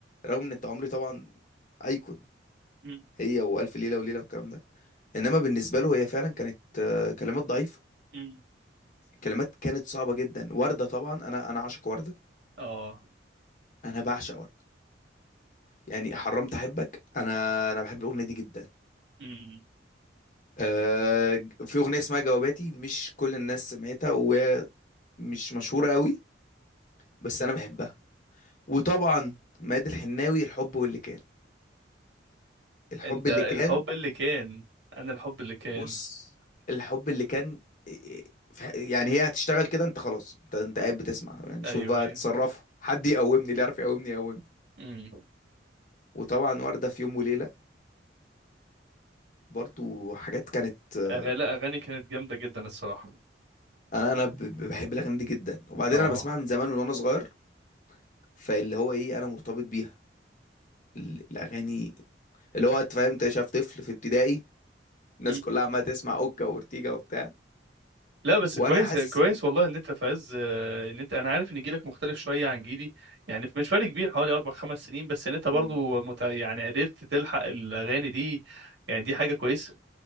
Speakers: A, on the left (about 45°); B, on the right (about 70°).
A: رغم ان انت عمري طبعا ايكون
B: أمم،
A: هي والف ليله وليله والكلام ده انما بالنسبه له هي فعلا كانت آه، كلمات ضعيفه
B: أمم.
A: كلمات كانت صعبة جدا وردة طبعا انا انا عاشق وردة
B: اه
A: انا بعشق وردة يعني حرمت احبك انا انا بحب الاغنية دي جدا
B: أمم.
A: آه، في اغنية اسمها جواباتي مش كل الناس سمعتها وهي مش مشهورة قوي بس انا بحبها وطبعا ماد الحناوي الحب واللي كان الحب
B: انت
A: اللي
B: الحب
A: كان
B: اللي كان انا الحب اللي كان
A: بص الحب اللي كان ف- يعني هي هتشتغل كده انت خلاص انت انت قاعد بتسمع يعني
B: ايوه
A: شوف بقى تصرفه حد يقومني اللي يعرف يقومني يقومني
B: ايوه
A: وطبعا وردة في يوم وليلة برضو حاجات كانت آه،
B: أغ... لا أغاني كانت جامدة جدا الصراحة
A: انا انا ب- ب- بحب الاغاني دي جدا وبعدين
B: اه
A: انا بسمعها من زمان من وانا صغير فاللي هو ايه انا مرتبط بيها ال- الاغاني اللي هو انت فاهم انت شايف طفل في ابتدائي الناس
B: مم.
A: كلها عماله تسمع اوكا وورتيجا وبتاع
B: لا بس
A: وانا
B: كويس
A: حاسس
B: كويس
A: إن-
B: والله ان انت في عز آه، ان انت انا عارف ان جيلك مختلف شويه عن جيلي يعني مش فرق كبير حوالي اربع خمس سنين بس ان انت برضو
A: م،
B: مت... يعني قدرت تلحق الاغاني دي يعني دي حاجه كويسه